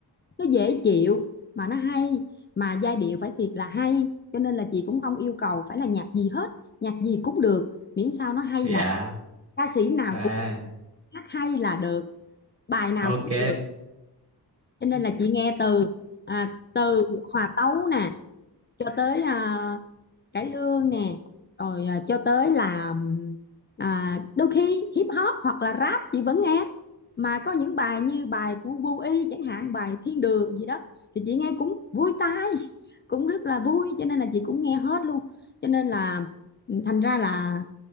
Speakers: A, on the left (about 25°); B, on the right (about 40°).
A: nó dễ chịu mà nó hay mà giai điệu phải thiệt là hay cho nên là chị cũng không yêu cầu phải là nhạc gì hết nhạc gì cũng được miễn sao nó hay
B: Dạ.
A: là ca sĩ nào
B: À,
A: cũng được, hát hay là được bài nào
B: ok.
A: cũng được cho nên là chị nghe từ à, từ hòa tấu nè cho tới à, cải lương nè rồi à, cho tới là ừm, à, đôi khi hip hop hoặc là rap chị vẫn nghe mà có những bài như bài của Vô Y chẳng hạn bài Thiên Đường gì đó thì chị nghe cũng vui tai <laughs> cũng rất là vui cho nên là chị cũng nghe hết luôn cho nên là ừ, thành ra là